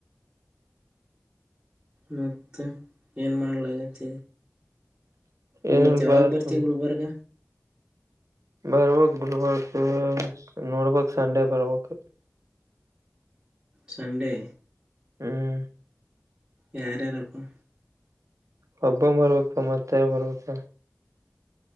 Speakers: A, on the right (about 15°); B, on the right (about 85°).
A: ಮ ಮತ್ತೆಏನು ಮಾಡಲಾಗತ್ತ. ನಿಮ್ಮತ್ತೆ
B: ಏನಿಲ್ಪ
A: ಯಾವಾಗ್ ಬರ್ತವಿ
B: ಸುಮ್
A: ಗುಲ್ಬರ್ಗ.
B: ಬರ್ಬಕ್ ಗುಲ್ಬರ್ಕ್ ನೋಡ್ಬ ಸಂಡೆ ಬರ್ಬೇಕಕ್.
A: ಸಂಡೆ.
B: ಹ್ಮ್.
A: ಯರೇನಪ್ಪ.
B: ಹಬ್ಬ ಬರಬೇಕಪ್ಪ ಮತ್ತೆ ಬರ್ಬೇಕತ್ತ.